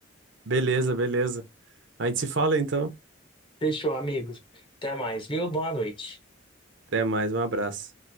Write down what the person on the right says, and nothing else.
Beleza, beleza. A gente se fala, então.
Até mais, um abraço.